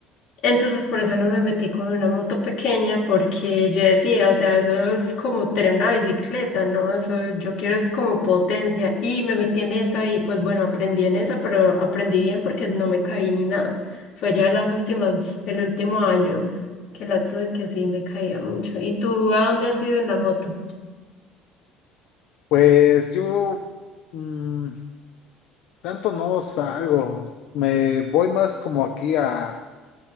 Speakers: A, on the left; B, on the left.
A: Entonces por eso no me metí con una moto pequeña porque yo decía, o sea, eso es como tener una bicicleta, ¿no? Eso yo quiero es como potencia y me metí en esa y pues bueno, aprendí en esa, pero aprendí bien porque no me caí ni nada. Fue ya las últimas, el último año que la tuve que sí me caía mucho. ¿Y tú a dónde has ido en la moto?
B: Pues yo mm, tanto no salgo, me voy más como aquí a,